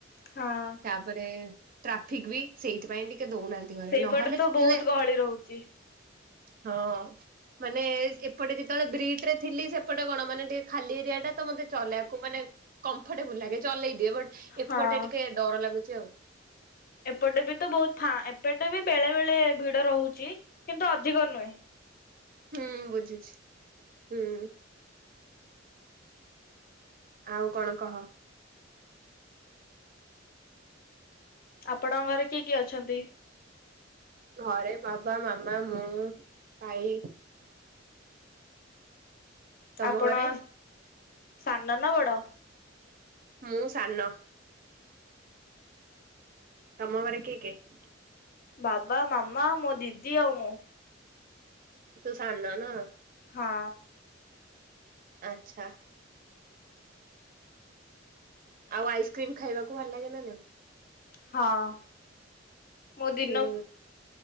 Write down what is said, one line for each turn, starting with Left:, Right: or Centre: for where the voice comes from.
Left: ହଁ।
Right: ତାପରେ ଟ୍ରାଫିକ ବି ସେଇଥିପାଇଁ ଟିକେ ଦଉନାହାନ୍ତି ଘରେ
Left: ସେଇପଟେ
Right: ନହେଲେ
Left: ତ ବହୁତ ଗହଳି ରହୁଛି।
Right: ହଁ ମାନେ ଏପଟେ ଯେତେବେଳେ ବ୍ରିଟ ରେ ଥିଲି ସେପଟେ କଣ ମାନେ ଟିକେ ଖାଲି ଏରିଆ ଟା ତ ମତେ ଚଲେଇକୁ ମାନେ କମ୍ଫର୍ଟେବୁଲ ଲାଗେ ଚଲେଇ ଦିଏ, ବଟ ଏପଟେ
Left: ହଁ
Right: ଟିକେ ଡର ଲାଗୁଚି ଆଉ।
Left: ଏପଟେ ବି ତ ବହୁତ ଫା ଏପଟେ ବି ବେଳେ ବେଳେ ଭିଡ ରହୁଛି କିନ୍ତୁ ଅଧିକ ନୁହେଁ।
Right: ହୁଁ ବୁଝୁଛି ହୁଁ। ଆଉ କଣ କହ।
Left: ଆପଣଙ୍କ ଘରେ କିଏ କିଏ ଅଛନ୍ତି?
Right: ଘରେ ବାବା ମାମା ମୁଁ ଭାଇ। ତମ
Left: ଆପଣ
Right: ଘରେ
Left: ସାନ ନା ବଡ?
Right: ମୁଁ ସାନ, ତମ ଘରେ କିଏ କିଏ?
Left: ବାବା ମାମା ମୋ ଦିଦି ଆଉ ମୁଁ।
Right: ତୁ ସାନ ନା।
Left: ହଁ।
Right: ଆଛା। ଆଉ ଆଇସ୍କ୍ରିମ ଖାଇବାକୁ ଭଲ ଲାଗେ ନା ନାଇଁ?
Left: ହଁ ମୁଁ ଦିନ
Right: ହୁଁ